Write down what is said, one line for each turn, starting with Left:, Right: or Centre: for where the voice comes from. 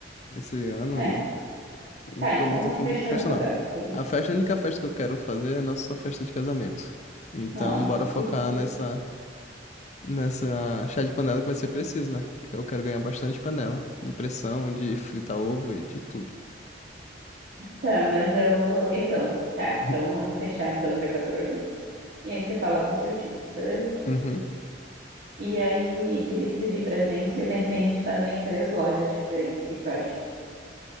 Left: esse ano
Right: É,
Left: e não
Right: tá,
Left: tô
Right: então
Left: muito afim
Right: fechou
Left: de ir pra festa
Right: nossa
Left: não.
Right: data pra mim.
Left: A festa, a única festa que eu quero fazer é a nossa festa de casamento. Então,
Right: Ó,
Left: bora focar
Right: querido.
Left: nessa. nessa chá de panela que vai ser preciso, né? Eu quero ganhar bastante panela de pressão, de fritar ovo e de tudo.
Right: Tá, mas eu. Então, tá,
Left: <laughs>
Right: então vamos fechar então dia 14. E aí você fala com seu tio, beleza?
Left: Uhum,
Right: E aí, de lista de presentes, eu pensei em te fazer em três lojas diferentes, o que tu acha?